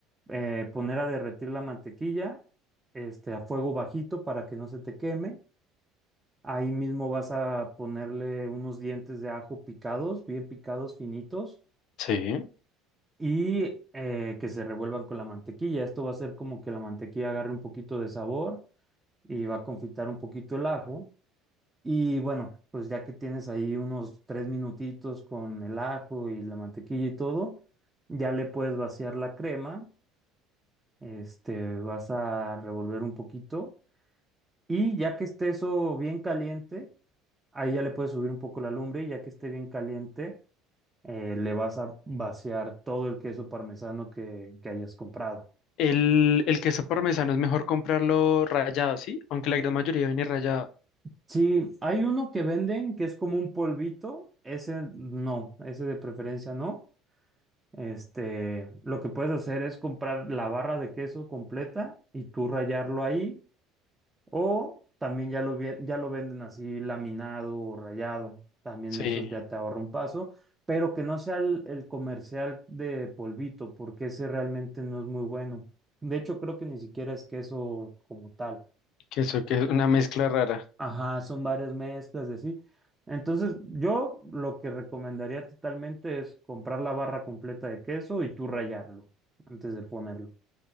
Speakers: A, on the right; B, on the left.
A: eh, poner a derretir la mantequilla, este, a fuego bajito para que no se te queme. Ahí mismo vas a ponerle unos dientes de ajo picados, bien picados, finitos,
B: sí.
A: y eh, que se revuelvan con la mantequilla. Esto va a hacer como que la mantequilla agarre un poquito de sabor y va a confitar un poquito el ajo. Y bueno, pues ya que tienes ahí unos tres minutitos con el ajo y la mantequilla y todo, ya le puedes vaciar la crema, este, vas a revolver un poquito y ya que esté eso bien caliente, ahí ya le puedes subir un poco la lumbre y ya que esté bien caliente, eh, le vas a vaciar todo el queso parmesano que, que hayas comprado.
B: El, el queso parmesano es mejor comprarlo rallado, ¿sí? Aunque la gran mayoría viene rallado.
A: Sí, hay uno que venden que es como un polvito, ese no, ese de preferencia no. Este, lo que puedes hacer es comprar la barra de queso completa y tú rayarlo ahí, o también ya lo, vie- ya lo venden así laminado o rayado. También
B: Sí,
A: eso ya te ahorra un paso, pero que no sea el, el comercial de polvito, porque ese realmente no es muy bueno. De hecho, creo que ni siquiera es queso como tal.
B: queso que es una mezcla rara.
A: Ajá, son varias mezclas y así. Entonces, yo lo que recomendaría totalmente es comprar la barra completa de queso y tú rallarlo antes de ponerlo.